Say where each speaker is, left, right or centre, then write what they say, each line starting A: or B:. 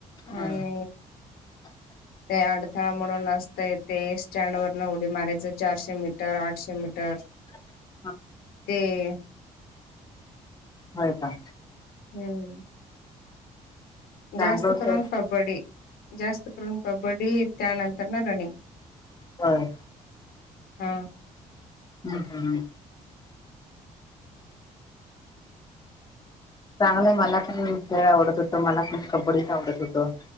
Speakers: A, on the left; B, on the left.
A: हम्म
B: आणि
A: <inaudible>
B: ते अडथळा म्हणून असतंय ते. स्टँड वरन उडी मारायचं चारशे मीटर आठशे मीटर.
A: <inaudible>
B: ते.
A: होय का?
B: हम्म.
A: चांगलं
B: जास्त
A: होतं
B: करून कबड्डी. जास्त करून कबड्डीन त्यानंतर न रनिंग.
A: होय.
B: ह.
A: हम्म हम्म. चांगलंय मला ख खेळ आवडत होत. मला ख कबड्डीच आवडत होत.